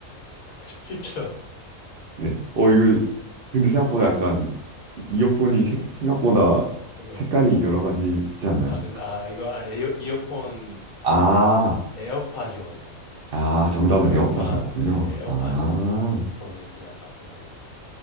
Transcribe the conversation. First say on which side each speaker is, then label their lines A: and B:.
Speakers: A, on the left; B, on the right.
A: <laughs> 쉽죠?
B: 네. 어, 이거, 근데 생각보다 약간,
A: 네,
B: 이어폰이 세- 생각보다
A: 그죠.
B: 색깔이 여러 가지지 않나요?
A: 아, 근데, 아, 이거, 아, 에어, 이어폰,
B: 아,
A: 에어팟이거든요, 사실.
B: 아, 정답은
A: 에어팟,
B: 에어팟이었군요.
A: 네, 에어팟인데,
B: 아,
A: 이어폰을 그냥 맞은 걸로